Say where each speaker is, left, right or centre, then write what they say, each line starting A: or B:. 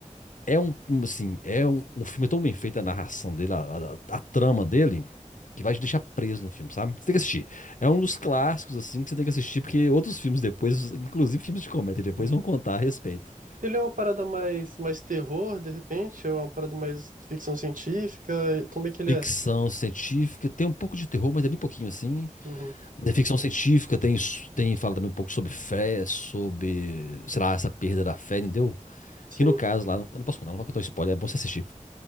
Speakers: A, on the left; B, on the right.
A: É um, um, assim, é um, o filme é tão bem feito, a narração dele, a, a- a trama dele, que vai te deixar preso no filme, sabe? Você tem que assistir. É um dos clássicos, assim, que você tem que assistir, porque outros filmes depois, inclusive filmes de comédia, depois
B: uhum.
A: vão contar a respeito.
B: Ele é uma parada mais, mais terror, de repente? Ou é uma parada mais ficção científica? E Como é que ele
A: Ficção
B: é?
A: científica, tem um pouco de terror, mas é bem pouquinho, assim.
B: Uhum,
A: Mas é ficção científica, tem, s- tem, fala também um pouco sobre fé, sobre, sei lá, essa perda da fé, entendeu?
B: sim.
A: Que no caso lá, eu não posso contar, não vou contar um spoiler, é bom você assistir.